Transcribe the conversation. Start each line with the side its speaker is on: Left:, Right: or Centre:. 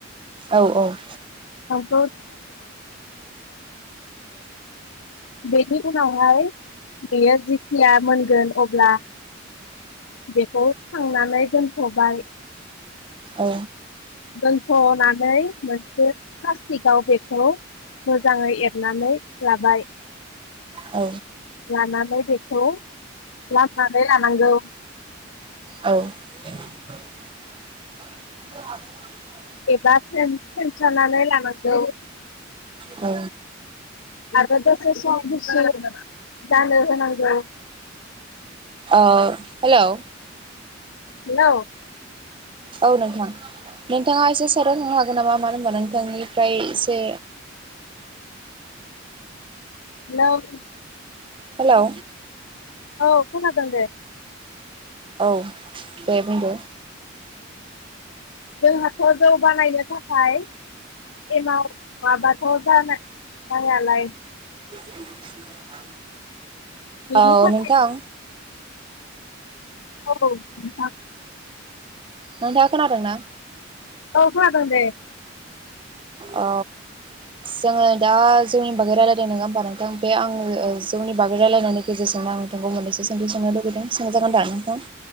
Right: औ औ।
Left: <inaudible> <inaudible> बेनि उनावहाय बेयो जिखिया मोनगोन अब्ला बेखौ खांनानै दोन खबाय
Right: औ
Left: बैफोर नानै मोनसे <unintelligible> गाव बेखौ मोजाङै एरनानै लाबाय।
Right: औ
Left: लानानै बेखौ लामनानै लानांगौ।
Right: औ <inaudible>
Left: एबा फेन फेनसानानै लानांगौ।
Right: औ।
Left: आरो दसे सम दसे जानो होनांगौ ।
Right: औ हेलौ।
Left: हेलौ ।
Right: औ नोंथां। नोंथाङा एसे साइटआव थानो हा नामा मानो होनबा नोंथांनिफ्राय एसे
Left: हेलौ ।
Right: हेलौ।
Left: औ खोनादों दे।
Right: औ दे बुंदो।
Left: जोंहाथ जौ बानायनो थाखाय एमाव माबा <inaudible> जाना जायालाय
Right: <inaudible>
Left: बेनि
Right: औ
Left: थाखाय
Right: नोंथां‌।
Left: औ नोंथां ।
Right: नोंथाङा खोनादों ना?
Left: औ खोनादों दे।
Right: औ जोङो दा जौनि बागै रायलायदों नोङा होमबा नोंथां बे आं ओ जौनि बागै रायलायनायनि गेजेरजोंनो आं नोंथांखौ मोननैसो सोंथि सोंनो लुुबैदों सोंजागोन दा नोंथां?